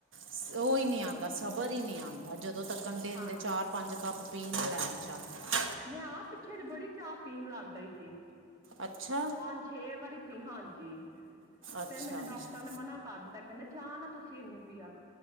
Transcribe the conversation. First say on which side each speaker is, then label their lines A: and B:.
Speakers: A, on the right; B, on the right.
A: ਸਬਰ ਨਹੀ ਆਉਂਦਾ। ਬਰ ਹੀ ਨਹੀਂ ਆਉਂਦਾ ਜਦੋਂ ਤੱਕ ਦਿਨ
B: ਹਾਂਜੀ
A: ਦੇ ਚਾਰ ਪੰਜ ਕੱਪ ਕਾ ਪੀ ਨਾ ਲੈਣ ਚ।
B: ਮੈਂ ਆਪਹ ਪਿੱਛੇ ਜ ਬੜੀ ਚਾਹ ਪੀਣ ਲੱਗ ਗਈ ਸੀ।
A: ਅੱਛਾ
B: ਪੰਜ ਛੇ ਵਾਰੀ ਹਾਂਜੀ।
A: ਅੱਛਾ
B: ਫੇਰ ਮੈਨੂੰ
A: ਅੱਛਾ
B: ਡਾਕਟਰ ਨੇ ਮਨਾ ਕਰ ਦਿੱਤਾ ਕਹਿੰਦੇ ਚਾਹ ਨਾ ਤੁਸੀਂ ਇੰਨੀ ਪੀਆ ਕਰੋ।